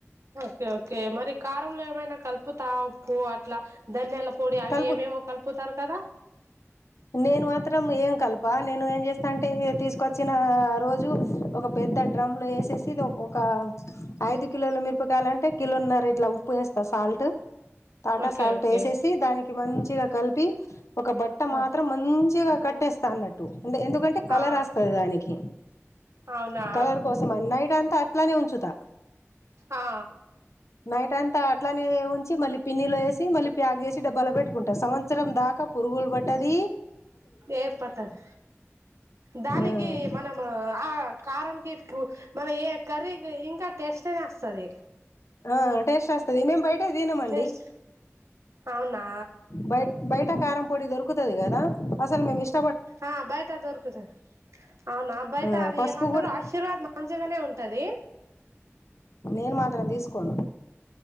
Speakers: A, on the right (about 70°); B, on the left (about 75°).
A: ఓకే ఓకే మరి కారంల ఏమైనా కలుపుతా ఉప్పు అట్లా ధనియాల పొడి అవి
B: కలుపు
A: ఏవేవో కలుపుతార్ కదా
B: నేను మాత్రం ఏం కల్ప నేను ఏం చేస్తా అంటే తీస్కొచ్చిన రోజు ఒక పెద్ద డ్రమ్లో ఎసేసి ఇద్ ఒక ఐదు కిలోలు మిరప కాయలంటే కిలోన్నర ఇట్ల ఉప్పు ఏస్తా సాల్ట్ టె టాటా
A: ఓకే
B: సాల్ట్
A: ఓకే
B: ఏసేసి దానికి మంచిగ కల్పి ఒక బట్ట
A: ఆ
B: మాత్రం మంచిగ కట్ ట్టేస్త అన్నట్టు. అంటే ఎందుకంటే కలర్
A: ఆ
B: అస్తది దానికి
A: అవునా
B: కలర్ కోసం అన్ నైట్ అంతా అట్లనే ఉంచుతా
A: ఆ
B: నైట్ అంతా అట్లనే ఉంచి మళ్ళీ పిన్నిలో ఏసి మళ్ళీ ప్యాక్ జేసి డబ్బలో పెట్టుకుంటా సంవత్సరం దాకా పురుగులు ప ట్టది.
A: ఏం పట్టద్ దానికి
B: ఆ
A: మనమ్ ఆ కారం మన ఏ కర్రీ ఇంకా టేస్ట్నే అస్తది.
B: ఆ టేస్ట్ వస్తది మేం బయటే తినమండి
A: టేస్ట్ అవునా
B: బై బైట్ ట కారం పొడి దొరుకుతది కదా అసల్ మేం ఇష్ట
A: ఆ బయట దొరుకుతద్ అవునా బైట
B: ఆ
A: అది
B: పసుపు
A: ఏమంటరు
B: కూడా
A: ఆశీర్వాద్ మంచిగనే ఉంటది.
B: నేను మాత్రం తీస్కోను.